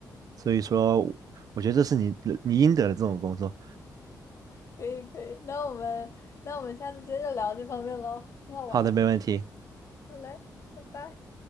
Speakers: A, on the right; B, on the left.
A: 所以说我觉得这是你你应得的这种工作。
B: 可以可以。那我们那我们下次接着聊这方面喽，挺好玩儿的。
A: 好的，没问题。
B: 好嘞，拜拜。